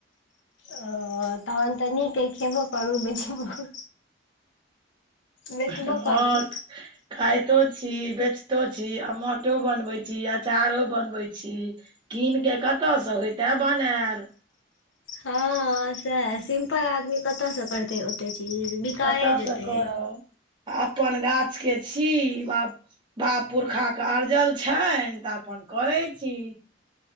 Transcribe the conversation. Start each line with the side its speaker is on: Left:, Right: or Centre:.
Left: ओ तहन तऽ नीक है खेबे करू <unintelligible> बेचबो
Right: <unintelligible>
Left: करू
Right: खइतो छी, बेचितो छी, अमठो बनबैत छी, अचारो बनबैत छी। कीन कऽ कतयसँ होयइते बनायल।
Left: हँ सैह सिम्पल आदमी कते स करतै ओते चीज। बिकाए
Right: कतयसँ
Left: जेतै।
Right: करब अपन गाछ के छी बा बाप पुरखा के अरजल छेन त अपन करै छी।